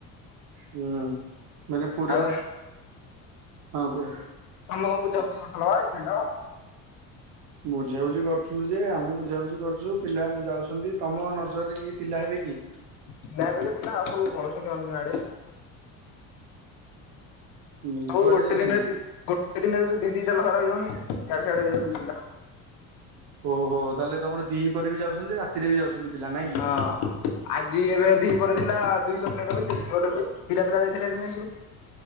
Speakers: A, on the right; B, on the left.
A: ହୁଁ ମାନେ ପୁରା
B: ଆଉ
A: ହଁ କୁହ।
B: ତମେ କଣ ବୁଝାବୁଝି କରୁଥିଲ ପା ଇଭେଣ୍ଟ।
A: ବୁଝାବୁଝି କରୁଥିଲୁ ଯେ ଆମେ ବୁଝାବୁଝି କରୁଛୁ ପିଲା ଯାଉଛନ୍ତି। ତମ ନଜରରେ କି ପିଲା ହେବେ କି?
B: ପିଲା ହେବେ ଯେ ପିଲା ଆଉ ସବୁ ପଳୁଛନ୍ତି ଅନ୍ୟ ଆଡେ।
A: ହୁଁ
B: ହଉ
A: କୁଆଡେ
B: ଗୋଟେ
A: ଯାଉଛନ୍ତି?
B: ଦିନରେ ଦି ଗୋଟେ ଦିନରେ ଯି ଦି ଦିଟା ଲହର ହେଇ ଯାଉନି। ଇଆଡେ ସାଇଡ
A: ଓହୋ ତାହେଲେ ତମର ଦି ପରେ ବି ଯାଉଛନ୍ତି ରାତିରେ ବି ଯାଉଛନ୍ତି ପିଲା ନାଇଁ କି।
B: ହଁ ଆଜି ଏବେ ଦୁଇଶହ ପିଲା ବୋଳୁ ଦିଟା ପିଲା ଯାଇଥିଲେ ମେସେ ରୁ।